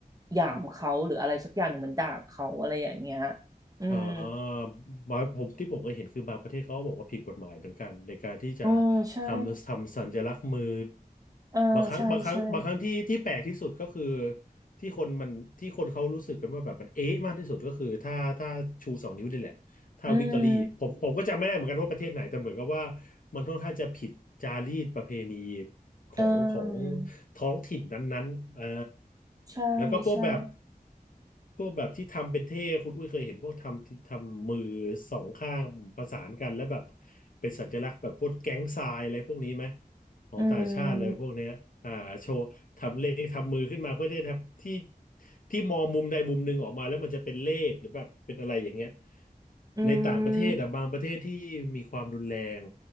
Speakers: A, on the right; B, on the left.
A: หยามเขาหรืออะไรสักอย่างหนึ่งเหมือนด่าเขาอะไรอย่างเงี้ยอืม
B: อ่าบางผมที่ผมเคยเห็นคือบางประเทศเขาก็บอกว่าผิดกฎหมายเหมือนกันในการที่จะ
A: อ๋อใช่
B: ทำทำสัญลักษณ์มือ
A: อ่าใช่ใช่
B: บางครั้งบางครั้งบางครั้งที่ที่แปลกที่สุดก็คือที่คนมันที่คนเขารู้สึกกันว่าแบบมันเอ๊ะมากที่สุดก็คือถ้าถ้าชูสองนิ้วนี่แหละถ้าวิกตอรี่ผมผมก็จำไม่ได้เหมือนกันว่าประเทศไหนแต่เหมือนกับว่า
A: อืม
B: มันค่อนข้างจะผิดจารีตประเพณีของของ
A: อ่า
B: ท้องถิ่นนั้นๆอ่า
A: ใช่ใช่
B: แล้วก็พวกแบบพวกแบบที่ทำเป็นเท่คุณอุ้ยเคยเห็นพวกทำที่ทำมือสองข้างประสานกันแล้วแบบเป็นสัญลักษณ์แบบพวกแก๊งทรายอะไรพวกนี้ไหมของต่างชาติอะไรพวกเนี้ยอ่าโชว์ทำเลขทำมือขึ้นมาเพื่อที่จะทำที่
A: อืม
B: ที่มองมุมใดมุมหนึ่งออกมาแล้วมันจะเป็นเลขหรือแบบเป็นอะไรอย่างเงี้ย
A: อื
B: ในต่างประเทศอะบางประเทศที่มีความรุนแรง
A: ม